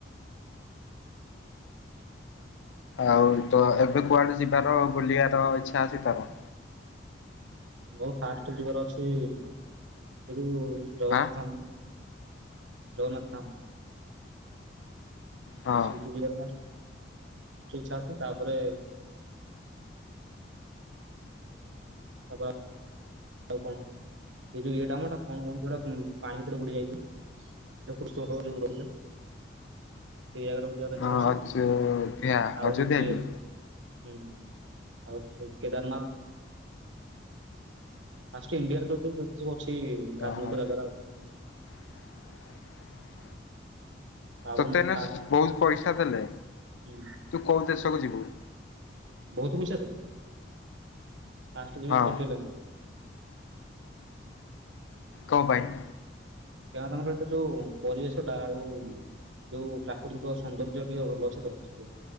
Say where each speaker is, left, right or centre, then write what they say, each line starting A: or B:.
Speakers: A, on the left; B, on the right.
A: ଆଉ ତ ଏବେ କୁଆଡେ ଯିବାର ବୁଲିବାର ଇଚ୍ଛା ଅଛି ତୋର?
B: ମୁ ଫାଷ୍ଟ ଯିବାର ଅଛି, ଏଇ ଯୋଉ ଜଗନ୍ନାଥ
A: ଆଁ
B: ଧାମ ଜଗନ୍ନାଥ ଧାମ
A: ହଁ
B: ସେ ଦୁନିଆର ନାଥ ଇଛା ଅଛି ତାପରେ <unintelligible> ଆଉ କଣ ଏଇ ଯୋଉଇଏଟା ମ କଣ କୁହନ୍ତି ଯୋଉଟା ପାଣି ଭିତରେ ବୁଡ଼ି ଯାଇଛି। କୃଷ୍ଣ ଯୋଉ ରହିଲେ ସେ ଜାଗା ଟିକୁ ଯିବାର ଇଚ୍ଛା ଅଛି।
A: ଅଯୋଧ୍ୟା
B: ଆଉ
A: ଅଯୋଧ୍ୟା
B: ଇଏ
A: କି?
B: ହୁଁ ଆଉ କେଦାରନାଥ୍? ଫାଷ୍ଟ ଇଣ୍ଡିଆରେ ଯୋଉ ଯୋଉ ସବୁ ଅଛି ଧାର୍ମିକ
A: ଓହୋ।
B: ଜାଗାରା।
A: <unintelligible>
B: ତାପରେ
A: ତତେ
B: ମତେ
A: ଏଇନା
B: ଫା
A: ବହୁତ ପଇସା ଦେଲେ
B: ହୁଁ
A: ତୁ କୋଉ ଦେଶକୁ ଯିବୁ?
B: ବହୁତ ପଇସା ଦେବେ ପାଷ୍ଟେ ଯିବି
A: ହଁ
B: ସୂର୍ଯ୍ୟଲାନ୍ଟ୍।
A: କଅଁ ପାଇଁ?
B: କାରଣ ତାଙ୍କର ଏଟା ଯୋଉ ପରିବେଶ ଟା ଆଉ ଯୋଉ ପ୍ରାକୃତିକ ସୌନ୍ଦର୍ଯ୍ୟ ଟିକେ ଭଲ ଅଛି ତ ସେଥିପାଇଁ।